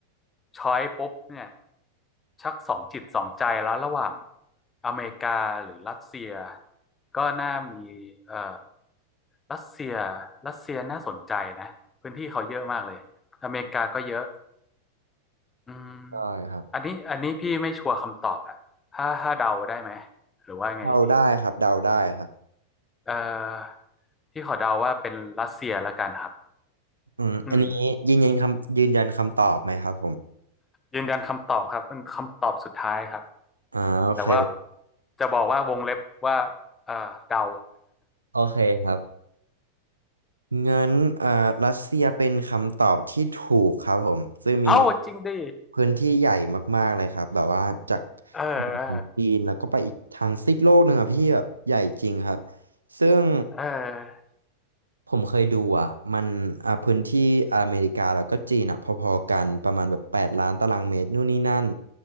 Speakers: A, on the left (about 15°); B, on the right (about 80°).
A: ช้อยปุ๊บเนี่ยชักสองจิตสองใจแล้วระหว่างอเมริกาหรือรัสเซียก็น่ามีเอ่อรัสเซียรัสเซียน่าสนใจนะพื้นที่เขาเยอะมากเลยอเมริกาก็เยอะอืม
B: ได้ครับ
A: อันนี้อันนี้พี่ไม่ชัวร์คำตอบอะถ้าถ้าเดาได้ไหมหรือว่าไงดี
B: เดาได้ครับเดาได้ครับ
A: เอ่อพี่ขอเดาว่าเป็นรัสเซียละกันครับ
B: อืมอันนี้ยืนยันคำยืนยันคำตอบไหมครับผม
A: อืมยืนยันคำตอบครับเป็นคำตอบสุดท้ายครับ
B: อ่าโอเค
A: แต่ว่าจะบอกว่าวงเล็บว่าเอ่อเดา
B: โอเคครับ งั้นเอ่อรัสเซียเป็นคำตอบที่ถูกครับผม
A: <laughs>
B: ซึ่งมี
A: เอ้าจริงดิ
B: พื้นที่ใหญ่มากๆเลยครับ แบบว่าจาก
A: เออเออ
B: เหนือของจีนแล้วก็ไปอีกทางซีกโลกหนึ่งอะพี่แบบใหญ่จริงครับ ซึ่ง
A: เออ
B: ผมเคยดูอ่ะมันอ่าพื้นที่อเมริกาแล้วก็จีนอ่ะพอๆกันประมาณแบบแปดล้านตารางเมตรนู่นนี่นั่น